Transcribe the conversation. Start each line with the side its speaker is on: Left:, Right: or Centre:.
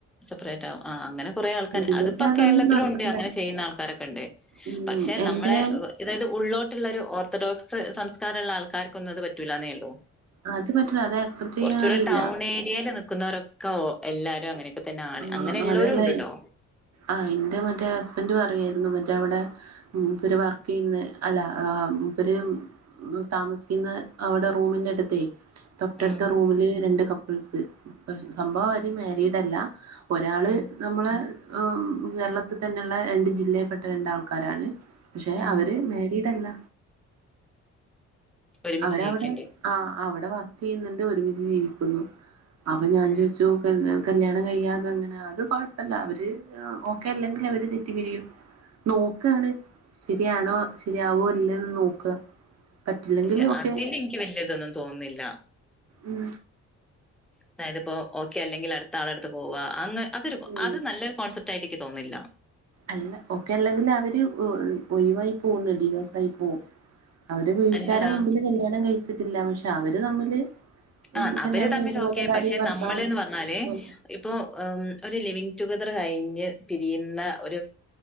Centre: സെപ്പറേറ്റ് ആകും ആ അങ്ങനെ കൊറേ ആൾക്കാർ
Right: ഇവിടെ
Centre: അതിപ്പോ
Right: അതൊന്നും
Centre: കേരളത്തിലും
Right: നടക്കില്ല
Centre: ഉണ്ട് അങ്ങനെ ചെയ്യുന്ന ആൾക്കാരൊക്കെ ഉണ്ട്
Right: ഉം
Centre: പക്ഷെ
Right: എന്റെ
Centre: നമ്മളെ അതായത് ഉള്ളിലോട്ടുള്ള ഒരു ഓർത്തഡോക്സ് സംസ് സംസ്ക്കാരള്ള ആൾക്കാർകൊന്നും അത് പറ്റൂല്ലന്നേ ഉള്ളൂ
Right: അത് പറ്റൂല അത് ആക്സെപ്റ്റ്
Centre: കുറച്ചൂടെ
Right: ചെയ്യാൻ കഴിയില്ല
Centre: ടൗൺ ഏരിയൽ നിക്കുന്നവരൊക്കെ എല്ലാരും അങ്ങനെ തന്നെ ആണ്
Right: ആ
Centre: ഉള്ളോരും
Right: അതല്ല
Centre: ഉണ്ട് ട്ടോ
Right: ആ എന്റെ മറ്റേ ഹസ്ബൻഡ ന്റ പറയെയിരുന്നു മറ്റേ അവിടെ മൂപര് വർക്കയ്യുന്ന അല്ല മൂപര് താമസിക്കുന്ന അവിടെ റൂമിൻ്റെ അടുത്തേ തൊട്ടടുത്ത
Centre: ഉം
Right: റൂമില് രണ്ട് കപ്പിൾസ് സംഭവം അവര് മാരിഡല്ല ഒരാള്
Centre: ഉം
Right: നമ്മളെ കേരളത്തിൽ തന്നെയുള്ള രണ്ട് ജില്ലയിൽ പെട്ട രണ്ടാൾക്കാരാണ് പക്ഷെ
Centre: ഉം
Right: അവര് മാരീഡ് അല്ല
Centre: ഒരുമിച്ച്
Right: അവരവിടെ
Centre: ജീവിക്കണ്ട്
Right: ആ അവിടെ വർക്ക് ചെയ്യുന്നുണ്ട് ഒരുമിച്ച് ജീവിക്കുന്നു അപ്പൊ ഞാൻ
Centre: ഉം
Right: ചോദിച്ചു കല്യാ കല്യാണം കഴിയാത അങ്ങനെ അത് കൊഴപ്പല്ല അവര് ഓക്കെ അല്ലെങ്കിൽ അവര് തെറ്റി പിരിയും നോക്കണ് ശരിയാണോ ശരിയാവോ ഇല്ലന്ന് നോക്കുക പറ്റില്ലെങ്കിൽ
Centre: പക്ഷെ
Right: ഓക്കെ
Centre: അതിന്റെ എനിക്ക് വല്യ ഇതൊന്നും തോന്നുന്നില്ല
Right: ഉം
Centre: അതായത്പ്പോ ഓക്കെ അല്ലെങ്കിൽ അടുത്ത ആളടുത്ത് പോവുക അതൊരു
Right: ഉം
Centre: അത് നല്ലൊരു കോൺസെപ്റ്റ് ആയിട്ട എനിക്ക് തോന്നില്ല
Right: അല്ല ഒക്കെ അല്ലെങ്കിൽ അവര് ഒഴിവായി പോകുന്നു ഡിവേഴ്സ ആയി പോകും അവര് വീട്ടുകരു
Centre: അല്ലടാ
Right: മുമ്പില് കല്യാണം കഴിച്ചിട്ടില്ല പക്ഷെ അവര് തമ്മില്
Centre: ആ
Right: ഉം
Centre: അവര്
Right: കല്യാണം
Centre: തമ്മിൽ
Right: കഴിച്ച
Centre: ഓക്കെ
Right: പോലെ ഭാര്യയും
Centre: പക്ഷെ
Right: ഭർത്താവും
Centre: നമ്മൾന്ന് പറഞ്ഞാല്
Right: പോലെ.
Centre: ഇപ്പൊ ഒരു ലിവിങ് ടുകദർ കഴിഞ്ഞ് പിരിയുന്ന ഒരു